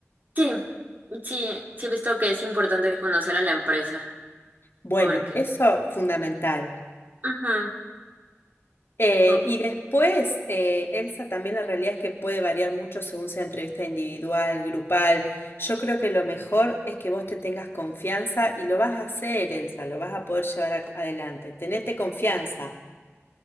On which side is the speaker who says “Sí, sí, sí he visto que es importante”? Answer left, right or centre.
Right